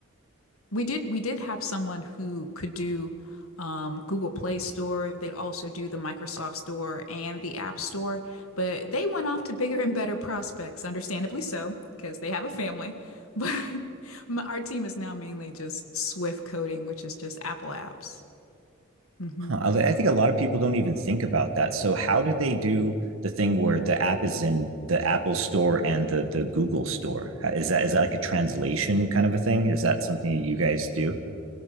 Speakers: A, on the left; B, on the right.
A: we did we did have someone who could do um, Google Play Store. They would also do the Microsoft Store and the App Store, but they went off to bigger and better prospects, understandably so, because they have a family. But <laughs> our team is now mainly just Swift coding, which is just Apple apps. hmm
B: Huh. I I think a lot of people don't even think about that. So how do they do the thing where the app is in the Apple Store and the the Google Store? Is that is that like a translation kind of a thing? Is that something you guys do?